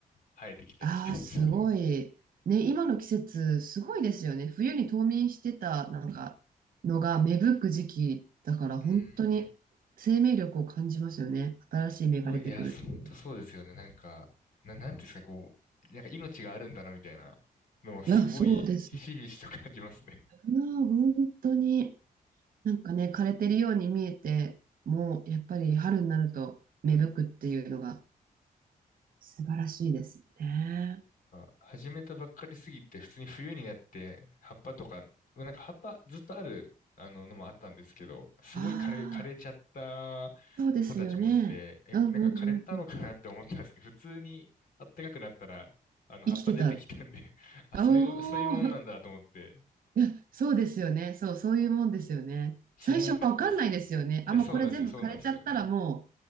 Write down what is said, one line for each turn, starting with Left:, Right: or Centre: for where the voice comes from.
Left: 生えてきたりしてますね。
Right: ああ、すごい。ね、今の季節、すごいですよね。冬に冬眠してた、なんか、のが芽吹く時期だから、
Left: <laughs>
Right: 本当に生命力を感じますよね。
Left: うーん
Right: 新しい芽が出てくるっていう。
Left: すごい、いや、本当そうですよね。なんか、な、なんていうんですか、こう、なんか命があるんだな、みたいなのはすごい、
Right: いや、そうですね。
Left: ひしひしと感じますね。
Right: まあ、本当に、なんかね、枯れてるように見えて、もう、やっぱり春になると芽吹くっていうのが素晴らしいですね。
Left: か始めたばっかりすぎて、普通に冬になって、葉っぱとか、なんか葉っぱずっとある、あの、のもあったんですけど、すごい枯れ、
Right: ああ
Left: 枯れちゃった
Right: ー、そうですよね。
Left: 子たちもいて、え、
Right: うんうんうんうん。
Left: なんか枯れたのかなって思ったんですけど、普通にあったかくなったら、あの、葉っぱ出てきたんで
Right: 生きてたって。
Left: <laughs> あ、そういう、
Right: おお。
Left: そういうもんなんだと思って、
Right: いや、そうですよね。そう、そういうもんですよね。
Left: 知らなかったです。
Right: 最初わかんないですよね。あ、
Left: いや、
Right: もうこれ全部枯れちゃったらも
Left: そうなんですよ、そうなんですよ。